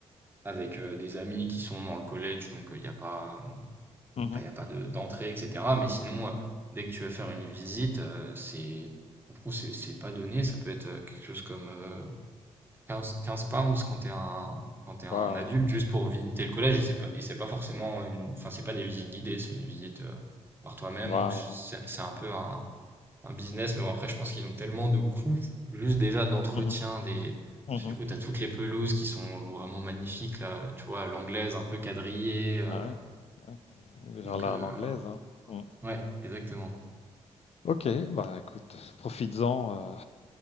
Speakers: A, on the right (about 15°); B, on the left (about 55°).
A: avec euh, des amis qui sont dans le collège donc euh, il n'y a pas enfin
B: Mhm.
A: il y a pas de d'entrée etc. mais sinon euh, dès que tu veux faire une visite, euh, c'est je trouve c'est c'est pas donné, ça peut être euh, quelque chose comme euh, 15 15 pounds quand t'es un, quand t'es un
B: Waouh.
A: adulte juste pour visiter le collège et c'est pas, et c'est pas forcément une, enfin, c'est pas des visites guidées, c'est une visite euh, par toi-même.
B: Waouh.
A: Donc, c'est c'est
B: Waouh.
A: un peu un, un business. Mais bon, après, je pense qu'ils ont tellement de coûts, juste déjà d'entretien
B: Mhm.
A: des,
B: Mhm.
A: parce que du coup, t'as toutes les pelouses qui sont vraiment magnifiques, là, tu vois, l'anglaise un peu quadrillée. euh,
B: Ah ouais, ouais.
A: donc,
B: Genre là,
A: euh,
B: à l'anglaise,
A: voilà.
B: hein. Mm.
A: ouais, exactement.
B: Ok, bah écoute, profites-en, euh,